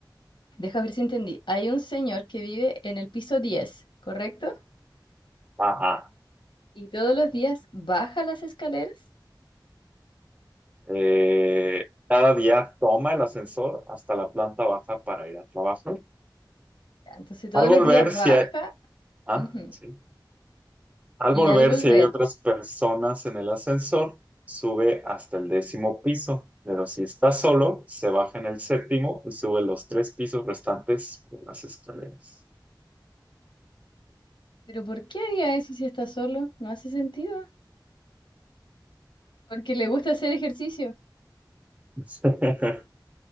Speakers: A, on the left; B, on the right.
A: deja ver si entendí. Hay un señor que vive en el piso 10, ¿correcto?
B: Ajá.
A: Y todos los días baja las escaleras.
B: Eh, cada día toma el ascensor hasta la planta baja para ir a trabajar.
A: Ya, entonces, todos
B: Al volver,
A: los días baja.
B: si hay, ah,
A: ujú.
B: sí. Al
A: Y
B: volver,
A: al volver.
B: si hay otras personas en el ascensor, sube hasta el décimo piso, pero si está solo, se baja en el séptimo y sube los tres pisos restantes por las escaleras.
A: ¿Pero por qué haría eso si está solo? No hace sentido. Porque le gusta hacer ejercicio.
B: <laughs>